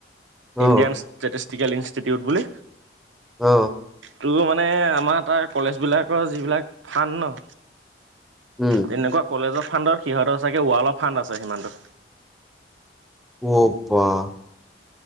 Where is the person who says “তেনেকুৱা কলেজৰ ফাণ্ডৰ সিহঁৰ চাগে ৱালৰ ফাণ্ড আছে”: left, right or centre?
Right